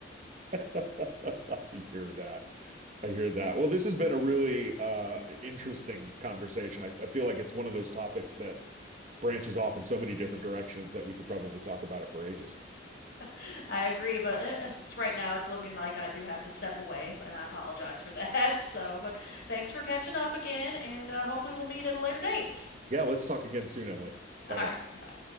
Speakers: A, on the right (about 40°); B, on the left (about 65°).
A: <laughs> I hear that. I hear that. Well, this has been a really uh, interesting conversation. I, I feel like it's one of those topics that branches off in so many different directions that we could probably talk about it for ages.
B: <laughs> I agree, but uh, uh, it's right now it's looking like I do have to step away, and I apologize for <laughs> that. So, but thanks for catching up again, and uh, hopefully we'll meet at a later date.
A: Yeah, let's talk again soon, Emily.
B: <laughs>
A: Bye
B: All
A: now.
B: right, bye.